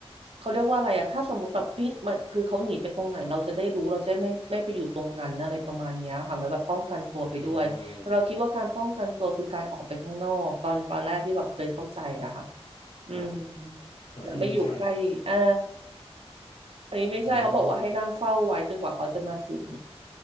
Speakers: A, on the right; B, on the left.
A: เขาเรียกว่าอะไรอะถ้าสมมติแบบวิ่งมันคือเขาหนีไปตรงไหนเราจะได้รู้เราจะไม่ไม่ไปอยู่ตรงนั้นอะไรประมาณเนี้ยค่ะเหมือนแบบป้องกันตัวไปด้วยแต่เราคิดว่าการป้องกันตัวคือการออกไปข้างนอกตอนตอนแรกที่แบบเคยเข้าใจอะค่ะ
B: อ่า
A: อืม
B: อ่าแต่ที่ไม่ใช่
A: แบบไม่อยู่ใกล้อ่าอันนี้ไม่ใช่เขาบอกว่าให้นั่งเฝ้าไว้จนกว่าเขาจะมาถึง
B: อืม